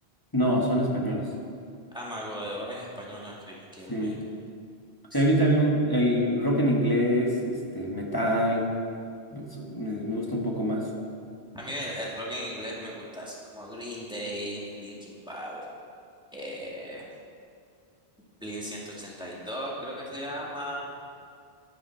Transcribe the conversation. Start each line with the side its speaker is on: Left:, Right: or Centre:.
Left: No, son españoles.
Centre: Ah, Mago de Oz es español, no creí que
Left: Sí.
Centre: eran mexicanos. Sí.
Left: Sí, a mí también el rock en inglés, este, el metal, eso me, me gusta un poco más.
Centre: A mí el, el rock en inglés me gusta, así como Green Day, Linkin Park, eh, Blink ciento ochenta y dos creo que se llama.